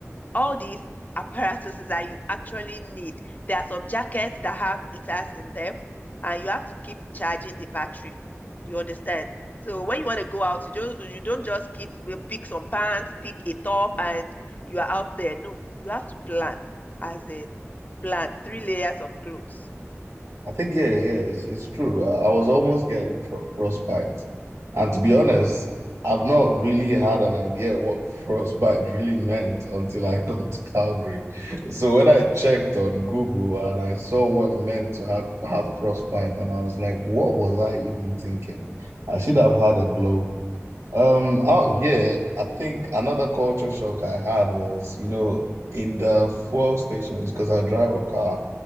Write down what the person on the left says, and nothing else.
all these apparatuses that you actually need. There are some jackets that have heaters in them, and you have to keep charging the battery. You understand? So when you want to go out, you just you don't just keep uh, pick some pants, pick a top, and you are out there. No, you have to plan, as in plan three layers of clothes.
Mm,
imagine.